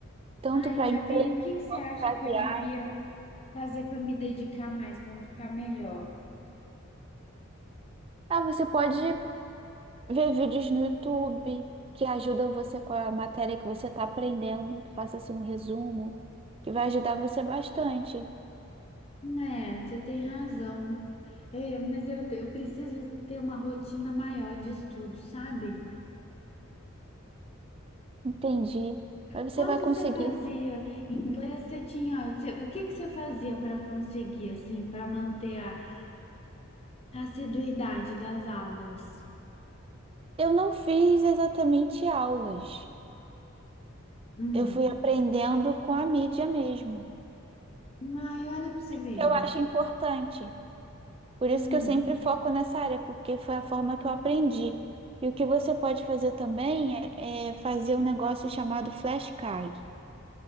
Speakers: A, on the right; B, on the left.
A: tanto
B: Ai,
A: para
B: Ravine,
A: emprego,
B: o que que você acha
A: para
B: que
A: viagem.
B: eu devia fazer para me dedicar mais, para ficar melhor?
A: Ah, você pode ver vídeos no YouTube que ajudam você com a matéria que você está aprendendo, que faça assim um resumo, que vai ajudar você bastante.
B: É, você tem razão. É, mas eu, eu preciso ter uma rotina maior de estudo, sabe?
A: Entendi. Mas
B: Quando
A: você vai conseguir.
B: você fazia inglês, você tinha, você- o que que você fazia para conseguir, assim, para manter a Assiduidade das aulas.
A: Eu não fiz exatamente aulas.
B: Hum.
A: Eu fui aprendendo com a mídia mesmo,
B: Ai, olha para você ver.
A: que eu acho importante. Por
B: Hum.
A: isso que eu sempre foco nessa área, porque foi a forma que eu aprendi. E o que você pode fazer também é, é fazer um negócio chamado flashcard.